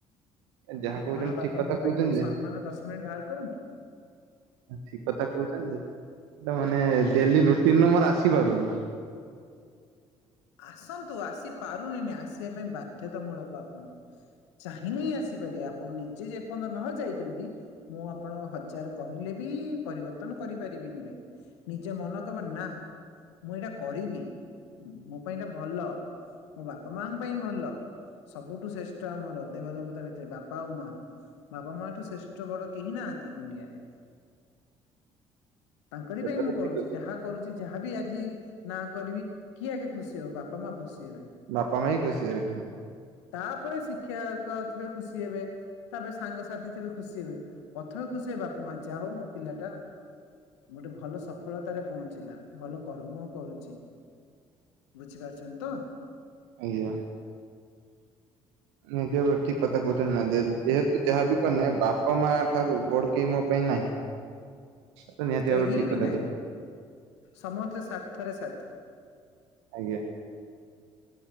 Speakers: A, on the right (about 70°); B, on the left (about 75°).
A: ଯାହା କହୁଛନ୍ତି
B: ମା ବାପାଙ୍କ
A: ଠିକ କଥା କହୁଛନ୍ତି
B: ପାଇଁ ଟିକେ
A: ଯେ
B: ସମ୍ମାନ ଦଶ ମିନିଟ ବାହାର କରନ୍ତୁ।
A: ଠିକ କଥା କହୁଛନ୍ତି ଯେ ଟା ମାନେ ଡେଲି ରୁଟିନରୁ ମେରଆସିପାରୁନି।
B: ଆସନ୍ତୁ ଆସି ପାରୁନିନି ଆସିବା ପାଇଁ ବାଧ୍ୟତାମୂଳକ ଆପଣ। ଚାହିଁନେ ଆସିପାରିବେ ଆପଣ ନିଜେ ଯେପର୍ଯ୍ୟନ୍ତ ନ ଚାହିଁଛନ୍ତି ମୁଁ ଆପଣଙ୍କୁ ହଜାର କହିଲେ ବି ପରିବର୍ତ୍ତନ କରିପାରିବିନି ଭାଇ। ନିଜେ ମନ କହିବ ନା ମୁଁ ଏଇଟା କରିବି। ହୁଁ ମୋ ପାଇଁ ଏଟା ଭଲ ମୋ ବାପା ମାଙ୍କ ପାଇଁ ଭଲ ସବୁଠୁ ଶ୍ରେଷ୍ଠ ଆମର ଦେବ ଦେବତା ଭିତରେ ବାପା ଆଉ ମା ବାପା ମା ଠୁ ଶ୍ରେଷ୍ଠ ବଡ କେହି ନାହାନ୍ତି ଦୁନିଆରେ। ତାଙ୍କରି
A: ସେଟା
B: ପାଇଁ ମୁଁ
A: ତ
B: କରୁଛି
A: ଠିକ
B: ଯାହା କରୁଛି ଯାହା ବିି ଆଜି ନା କରିବି। କିଏ ଆଗେ ଖୁସି ହବ ବାପା ମା ଖୁସି ହେବେ।
A: ବାପା ମା ହଁ ଖୁସି ହେବେ।
B: ତାପରେ ଶିକ୍ଷକ ଥିବେ ଖୁସି ହେବେ। ତାପରେ ସାଙ୍ଗସାଥୀ ଥିବେ ଖୁସି ହେବେ ପ୍ରଥମେ ଖୁସି ହେବେ ବାପା ମା ଯାହା ହଉ ମୋ ପିଲାଟା ଗୋଟେ ଭଲ ସଫଳତାରେ ପହଞ୍ଚିଲା ଭଲ କର୍ମ କରୁଛି। ବୁଝିପାରୁଛନ୍ତି ତ?
A: ଆଜ୍ଞା। ନିଜ ଠିକ କଥା କହୁଛନ୍ତି ନା ଯେ ଯେହେତୁ ଯାହାବି କଲେ ବାପା ମା ଠାରୁ ବଡକେଇ ମୋ ପାଇଁ ନାହିଁ। ତ ନିହାତି
B: କେହି
A: ଭାବରେ ଠିକ
B: ବି
A: କଥା
B: ନାହିଁ
A: କହିଲେ
B: ସମସ୍ତେ ସାର୍ଥରେ ସାଥୀ।
A: ଆଜ୍ଞା।